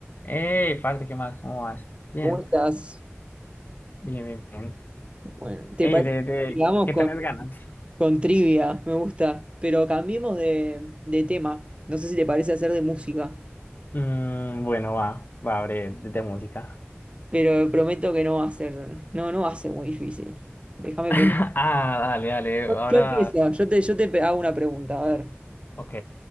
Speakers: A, on the left; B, on the right.
A: Ey, parte, ¿qué más? ¿Cómo vas? Bien,
B: ¿Cómo estás?
A: bien, bien, bien.
B: Bueno, ¿te
A: Ey,
B: parece
A: de, de,
B: que sigamos
A: ¿qué
B: con,
A: tenés ganas?
B: con trivia? Me gusta, pero cambiemos de, de tema. No sé si te parece hacer de música,
A: Mm, bueno, va, va, abre de, de música.
B: pero prometo que no va a ser, no, no va a ser muy difícil. Déjame
A: <laughs>
B: pensar.
A: Ah, dale, dale,
B: Yo,
A: ahora,
B: yo empiezo, yo te, yo te pe- hago una pregunta, a ver.
A: ok.